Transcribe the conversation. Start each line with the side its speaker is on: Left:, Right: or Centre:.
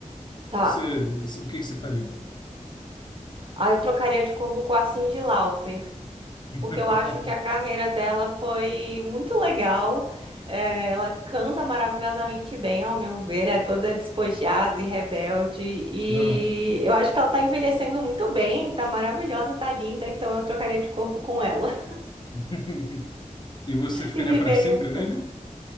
Right: tá.
Left: Você, você- o que que você faria?
Right: Ah, eu trocaria de corpo com a Cyndi Lauper, porque
Left: <laughs>
Right: eu acho que a carreira dela foi muito legal. É, ela canta maravilhosamente bem, ao meu ver, é toda despojada e rebelde. E
Left: Não.
Right: eu acho que ela tá envelhecendo muito bem, tá maravilhosa, tá linda, então eu trocaria de corpo com ela.
Left: <laughs> E você ficaria
Right: E viveriam
Left: para sempre
Right: um pouco.
Left: nele?